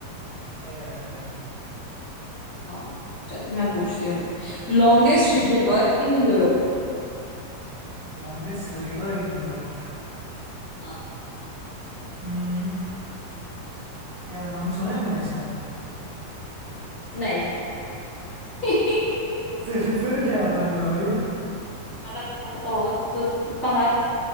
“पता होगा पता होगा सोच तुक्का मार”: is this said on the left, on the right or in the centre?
Left